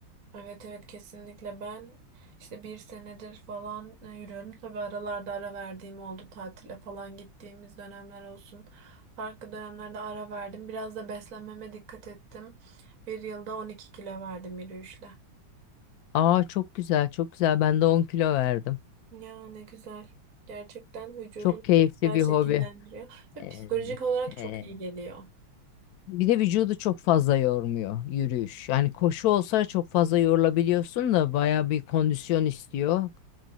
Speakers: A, on the right; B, on the left.
A: Evet evet kesinlikle ben işte bir senedir falan e, yürüyorum. Tabii aralarda ara verdiğim oldu tatile falan gittiğimiz dönemler olsun. Farklı dönemlerde ara verdim. Biraz da beslenmeme dikkat ettim. Bir yılda 12 kilo verdim yürüyüşle.
B: Aa çok güzel çok güzel. Ben de 10 kilo verdim.
A: Ya ne güzel. Gerçekten vücudunu
B: Çok keyifli
A: çok güzel
B: bir
A: şekillendiriyor
B: hobi.
A: ve
B: Ee,
A: psikolojik olarak çok
B: e,
A: iyi geliyor.
B: bir de vücudu çok fazla yormuyor yürüyüş. Yani koşu olsa çok fazla yorulabiliyorsun da baya bir kondisyon istiyor.